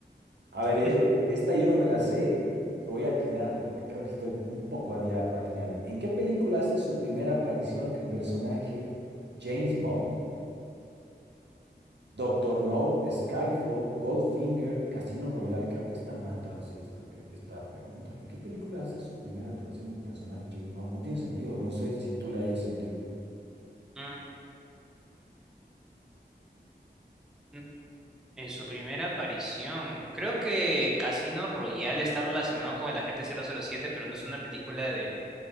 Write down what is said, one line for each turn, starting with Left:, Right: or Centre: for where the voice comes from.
Right: a ver,
Centre: <laughs>
Right: e- e- esta yo no me la sé. Voy a atinarle porque creo que estoy un poco a día para atinarle. ¿En qué película hace su primera aparición el personaje James Bond? Doctor No, Skyfall, Goldfinger, Casino Royale. Creo que está mal traducida esta, pe- esta pregunta. ¿En qué película hace su primera aparición el personaje James Bond? No tiene sentido. No sé si tú le hayas sentido.
Centre: Mm, mm. En su primera aparición, creo que Casino Royale está relacionado con el agente cero cero siete, pero no es una película de